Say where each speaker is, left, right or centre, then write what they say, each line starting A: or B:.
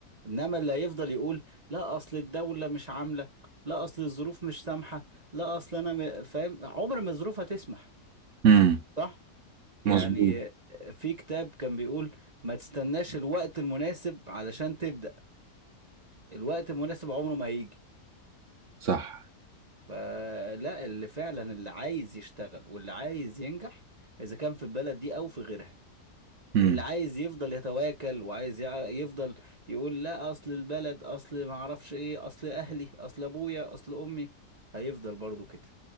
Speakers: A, on the right; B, on the right.
A: انما اللي هيفضل يقول لا اصل الدولة مش عاملة لا اصل الظروف مش سامحة لا اصل انا م- فاهم عمر ما الظروف هتسمح
B: امم
A: صح يعني
B: مظبوط
A: في كتاب كان بيقول ما تستناش الوقت المناسب علشان تبدأ الوقت المناسب عمره ما هيجي
B: صح
A: فلا اللي فعلا اللي عايز يشتغل واللي عايز ينجح اذا كان في البلد دي او في غيرها
B: امم
A: واللي عايز يفضل يتواكل وعايز يع- يفضل يقول لا اصل البلد اصل ما اعرفش ايه اصل اهلي اصل ابويا اصل امي هيفضل برضو كده